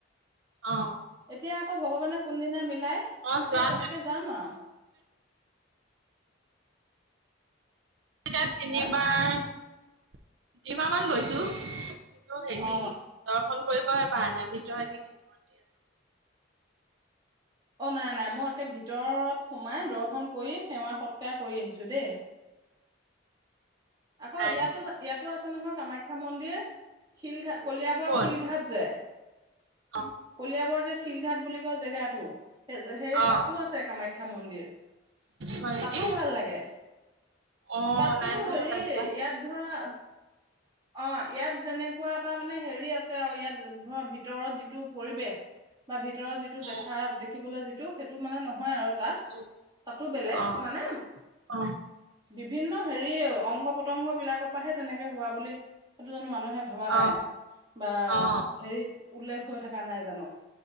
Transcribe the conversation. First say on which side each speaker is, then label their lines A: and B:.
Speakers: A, on the right; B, on the right.
A: অ'
B: এতিয়া আকৌ ভগৱানে কোনদিনা মিল লায়,
A: অ',
B: তেতিয়া
A: যোৱাটো
B: তেনেকে যাম আৰু।
A: তেতিয়া তিনিবাৰ
B: হা
A: <unintelligible> মান গৈছোঁ অ' হেৰি
B: অ
A: দৰ্শন কৰিবহে পাৰা নাই। ভিতৰ একে <unintelligible>
B: অ'নাই, নাই, মই একে ভিতৰত সোমাই দৰ্শন কৰি সেৱা সৎকাৰ কৰি আহিছোঁ দেই। আকৌ
A: নাই
B: ইয়াতো, ইয়াতো আছে নহয় কামাখ খ্যা মন্দিৰ, শিলঘাট কলিয়াবৰ
A: ক'ত
B: শিলঘাট যে,
A: অ'।
B: কলিয়াবৰ যে শিলঘাট বুলি কোৱা জেগাটো সে- সেই
A: অ
B: তাতো আছে কামাখ্যা মন্দিৰ।
A: হয় নেকি
B: তাতো ভাল লাগে,
A: অ
B: তাত
A: নাই
B: কিন্তু
A: নহয়
B: হেৰ
A: মই
B: ই,
A: তাত যোৱা
B: ইয়াত ধৰা অ', ইয়াত যেনেকুৱা এটা মানে হেৰি আছ চে আও ইয়াত ধৰ ভিতৰত যিটো পৰিৱেশ বা ভিত তলৰ যিটো
A: উম
B: দেখা দেখিবলৈ যিট টো, সেইটো মানে নহয় আৰু তাত,
A: উম
B: তাতো বেলেগ,
A: অ
B: মানে
A: অ
B: বিভিন্ন হেৰী অংগ পতংগবিলাকৰ পৰা হে তেনেকে হোৱা বুলি সেইটো জানো মান নুহে ভবা নাই।
A: অ
B: বা
A: অ
B: হেৰিত উল্লেখ হৈ থকা নাই জানো